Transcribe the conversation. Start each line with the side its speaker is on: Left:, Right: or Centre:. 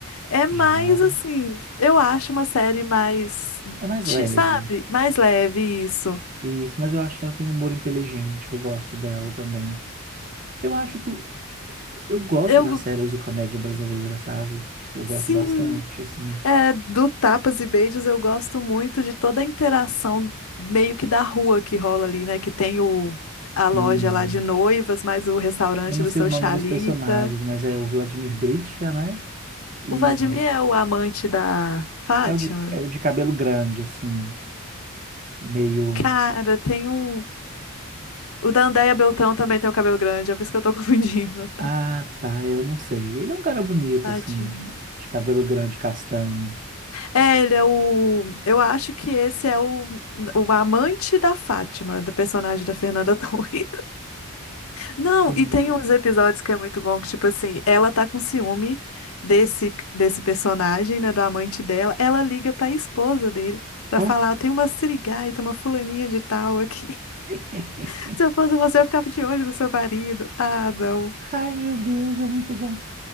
Left: É mais
Right: já
Left: assim, eu acho uma série mais,
Right: é mais
Left: ti-
Right: leve.
Left: sabe, mais leve isso.
Right: Isso, mas eu acho que ela tem um humor inteligente, eu gosto dela também. Eu acho que eu, eu gosto
Left: Eu,
Right: das séries de comédia brasileira, sabe? Eu gosto
Left: sim,
Right: bastante, assim.
Left: É, do Tapas e Beijos eu gosto muito de toda a interação meio que da rua que rola ali, né? Que tem o, a loja
Right: Sim.
Left: lá de noivas, mais o restaurante
Right: Eu não
Left: do
Right: sei
Left: seu
Right: o nome
Left: Chalita.
Right: dos personagens, mas é o Vladimir Britcha, né? E
Left: O Vladimir é o amante da Fátima?
Right: é o de, é o de cabelo grande, assim, meio.
Left: Cara, tem um. O da Andéia Beltrão também tem o cabelo grande, é por isso que eu tô <laughs> confundindo.
Right: Ah, tá, eu não sei. Ele é um cara bonito,
Left: Tadinho.
Right: assim, de cabelo grande, castanho.
Left: É, ele é o. Eu acho que esse é o, o amante da Fátima, do personagem da Fernanda <laughs> Torres. Não,
Right: Sim.
Left: e tem uns episódios que é muito bom, que, tipo assim, ela tá com ciúme desse, desse personagem, né, do amante dela. Ela liga pra esposa dele pra
Right: Ó.
Left: falar: tem uma sirigaita, uma fulaninha de tal aqui.
Right: <laughs>
Left: <laughs> Se eu fosse você, eu ficava de olho no seu marido. Ah, não.
Right: Ai, meu Deus, é muito bom.